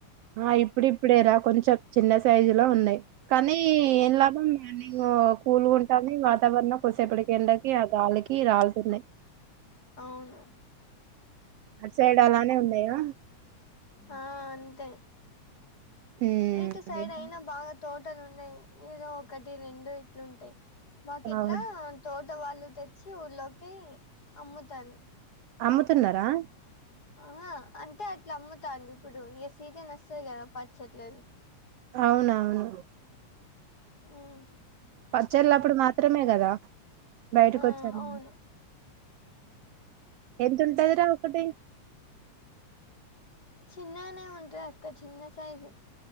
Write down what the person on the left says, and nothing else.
అవును
ఆ అంతే
ఇటు సైడ్
అయినా బాగా తోటలు ఉన్నాయి ఏదో ఒకటి రెండు ఇట్లుంటాయి మాకు ఇట్ల
తోట వాళ్ళు తెచ్చి ఊర్లో కి అమ్ముతారు
ఆ హా అంటే అట్లా అమ్ముతాండ్రు ఇప్పుడు ఇక సీజన్ వస్తుంది కదా పచ్చట్లేది
ఉమ్
ఆ
అవును
చిన్నగనే ఉంటది అక్క చిన్న సైజు